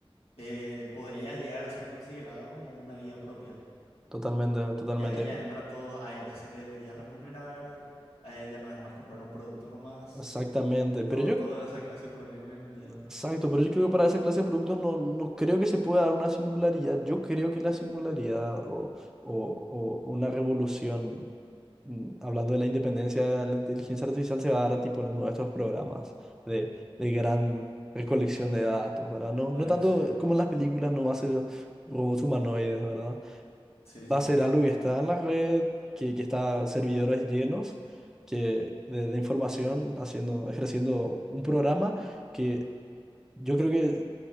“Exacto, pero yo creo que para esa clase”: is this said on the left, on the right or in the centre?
Centre